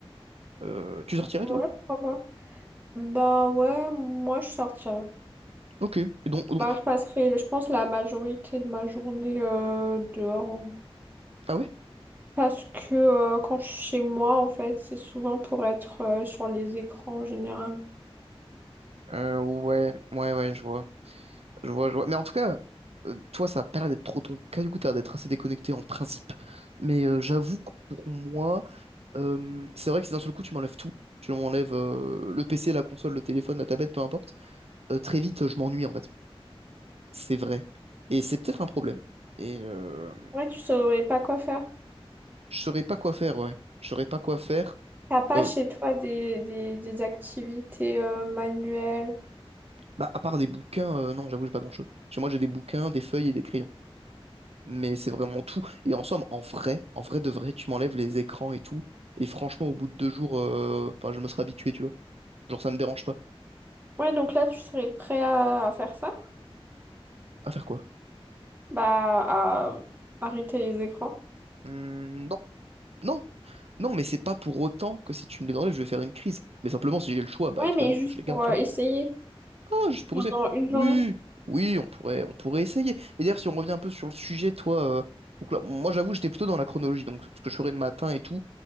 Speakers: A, on the right; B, on the right.
A: Euh, tu sortirais
B: Ouais,
A: toi?
B: pourquoi? pas. Bah ouais, moi je sortirais.
A: Ok. Donc, donc-
B: Bah, je passerai, je pense, la majorité de ma journée euh, dehors. hein.
A: ah ouais?
B: Parce que euh, quand je suis chez moi, en fait, c'est souvent pour être euh, sur les écrans en général.
A: Euh, ouais, ouais, ouais, je vois. Je vois, je vois. Mais en tout cas, euh, toi, ça a pas l'air d'être trop ton cas, du coup, t'as l'air d'être assez déconnecté en principe. Mais euh, j'avoue que pour moi, euh, c'est vrai que si d'un seul coup, tu m'enlèves tout, tu m'enlèves euh, le PC, la console, le téléphone, la tablette, peu importe, euh, très vite, je m'ennuie, en fait. C'est vrai. Et c'est peut-être un problème. Et euh,
B: Ouais, tu saurais pas quoi faire.
A: je saurais pas quoi faire, ouais. Je saurais pas quoi faire.
B: T'as pas
A: Euh,
B: chez toi des, des, des activités euh, manuelles.
A: bah, à part des bouquins, euh, non, j'avoue, j'ai pas grand-chose. Chez moi, j'ai des bouquins, des feuilles et des crayons. mais c'est vraiment tout. Et en somme, en vrai, en vrai de vrai, tu m'enlèves les écrans et tout. Et franchement, au bout de deux jours, euh, enfin, je me serais habitué, tu vois. Genre, ça me dérange pas.
B: Ouais, donc là, tu serais prêt à, à faire ça?
A: À faire quoi?
B: Bah, à arrêter les écrans.
A: Hmm, non, non, non, mais c'est pas pour autant que si tu me les enlèves, je vais faire une crise. Mais simplement, si j'ai le choix, bah
B: Ouais,
A: évidemment
B: mais juste
A: que je les garde,
B: pour
A: tu
B: euh,
A: vois.
B: essayer
A: Ah, juste pour
B: pendant
A: essayer.
B: une journée.
A: Oui, oui, on pourrait, on pourrait essayer. Mais d'ailleurs, si on revient un peu sur le sujet, toi, euh, donc là, moi j'avoue, j'étais plutôt dans la chronologie, donc ce que je ferais le matin et tout,